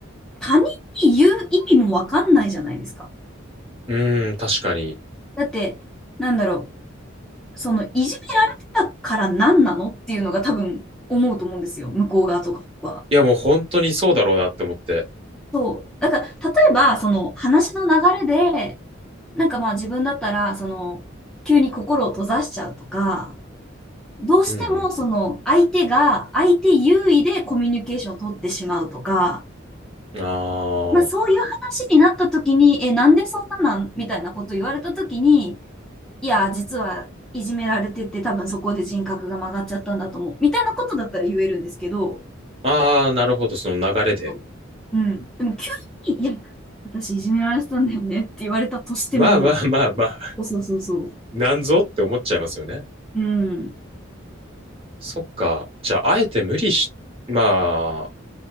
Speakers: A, in the centre; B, on the right.
A: 他人に言う意味もわかんないじゃないですか。
B: うーん、確かに。
A: だって、なんだろう、その、いじめられてたから何なのっていうのが多分思うと思うんですよ、向こう側とかは。
B: いや、もう本当にそうだろうなって思って。
A: そう。だから、例えば、その、話の流れで、なんかまあ自分だったら、その、急に心を閉ざしちゃうとか、どうしてもその相手が相手優位でコミュニケーションを取ってしまうとか、
B: うんうんうん。あ
A: まあ、そういう話になった時に、え、なんでそんななんみたいなこと言われた時に、いや、実はいじめられてて、多分そこで人格が曲がっちゃったんだと思う。みたいなことだったら言えるんですけど、
B: あ、ああ、なるほど、その流れで。
A: そうそううん。でも急に、いや、私いじめられてたんだよねって言われたとしても、
B: まあまあまあまあ、
A: そうそうそうそ
B: <laughs> なんぞって思っちゃいますよね。
A: う。うん、
B: そっか。じゃあ、あえて無理し、まあ、